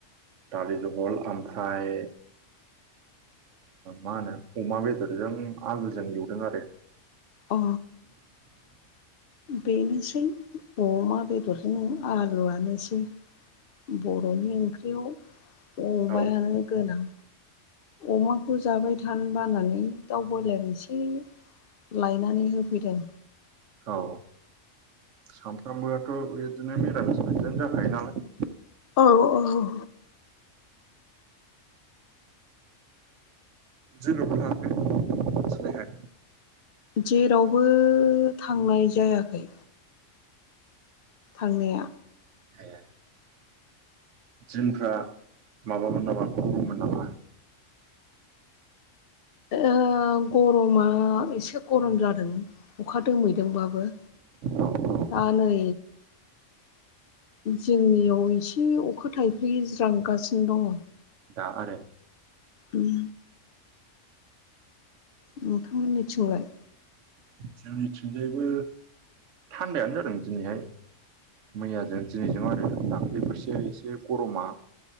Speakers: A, on the right (about 75°); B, on the left (about 60°).
A: दालि जहल ओमफ्राय मा होनो अमा बेदरजों आलुजों एवदों आरो
B: अ बेनोसै अमा बेदरजों आलुआनोसै बर'नि ओंख्रियाव अमायानो
A: औ
B: गोनां अमाखौ जाबाय थानो बानानै दाउ बयलार एसे लायनानै होफैदों
A: औ सामफ्रामबोआथ बिदिनो मिरामिसादिनो जाखायो नालाय
B: औ औ
A: जेरावबो थाङाखै दिनैहाय
B: जेरावबो थांनाय जायाखै थांनाया
A: ए दिनफ्रा माबा मोन नामा गरममोन नामा
B: ओ गरमा एसे गरम जादों अखा दोमैदोंबाबो
A: औ औ
B: दा नै जोंनियाव एसे अखा थाइफ्रि ज्रांगासिनो दङ
A: दा आरो
B: उम नोंथांमोननिथिंलाय
A: जोंनिथिंजायबो थान्दायानो जादों दिनैहाय मैयाजों दिनैजों आरो दाख्लैफोरसो एसे गरमा